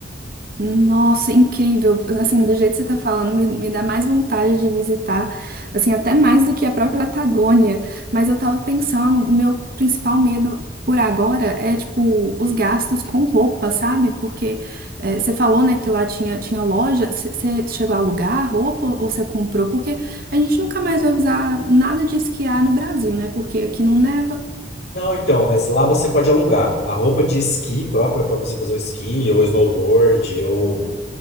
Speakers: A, on the right; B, on the left.
A: Nossa, incrível. Assim, do jeito que você tá falando, me, me dá mais vontade de visitar, assim, até mais do que a própria Patagônia. Mas eu tava pensando, meu principal medo por agora é, tipo, os gastos com roupa, sabe? Porque eh, você falou, né, que lá tinha, tinha loja. Você você chegou a alugar roupa ou você comprou? Porque a gente nunca mais vai usar nada de esquiar no Brasil, né? Porque aqui não neva.
B: Não, então, mas lá você pode alugar a roupa de esqui própria para você fazer o esqui, ou snowboard, ou